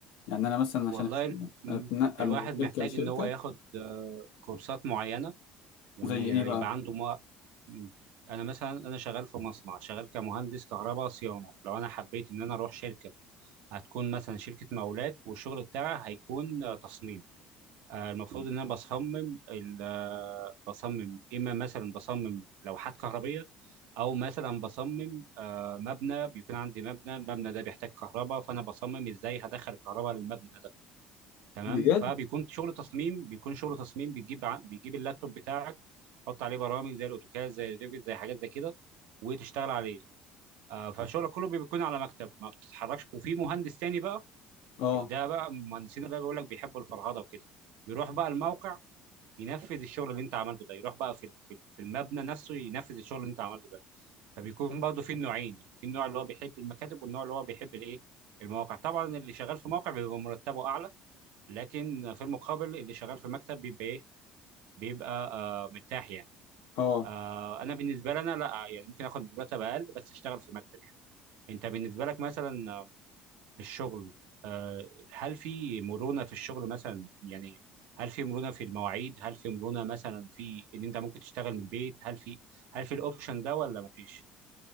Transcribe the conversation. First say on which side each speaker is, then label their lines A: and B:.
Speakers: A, on the left; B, on the right.
A: يعني انا مثلا
B: والله
A: عشان أشت-
B: ال- م-
A: اتنقل
B: الواحد
A: من
B: محتاج
A: شركة لشركة
B: ان هو ياخد آه، كورسات معينه ويبقى
A: زي ايه بقى
B: عنده مو... م- انا مثلا انا شغال في مصنع شغال كمهندس كهرباء صيانه لو انا حبيت ان انا اروح شركه هتكون مثلا شركه مقاولات والشغل بتاعها هيكون آه، تصميم آه، المفروض ان انا بصمم ال- آه، بصمم اما مثلا بصمم لوحات كهربيه او مثلا بصمم آه، مبنى بيكون عندي مبنى المبنى ده بيحتاج كهرباء فانا بصمم ازاي هدخل الكهرباء للمبنى ده تمام
A: بجد
B: فبيكون شغل تصميم بيكون شغل تصميم بتجيب ع- بتجيب اللابتوب بتاعك تحط عليه برامج زي الاوتوكاد زي الريفيت زي حاجات زي كده وتشتغل عليه آه، فشغلك كله بيكون على مكتب ما بتتحركش وفي مهندس تاني بقى
A: اه
B: ده بقى المهندسين ده بيقول لك بيحبوا الفرهده وكده يروح بقى الموقع ينفذ الشغل اللي انت عملته ده يروح بقى في في في المبنى نفسه ينفذ الشغل اللي انت عملته ده فبيكون برضه في نوعين يعني في النوع اللي هو بيحب المكاتب والنوع اللي هو بيحب الايه المواقع طبعا اللي شغال في موقع بيبقى مرتبه اعلى لكن في المقابل اللي شغال في مكتب بيبقى ايه بيبقى آه مرتاح يعني
A: اه
B: آه انا بالنسبه لي انا لا يعني ممكن اخد مرتب اقل بس اشتغل في مكتب يعني انت بالنسبه لك مثلا في الشغل آه، هل في مرونة في الشغل مثلا يعني هل في مرونة في المواعيد هل في مرونة مثلا في ان انت ممكن تشتغل من البيت هل في هل في الاوبشن ده ولا مفيش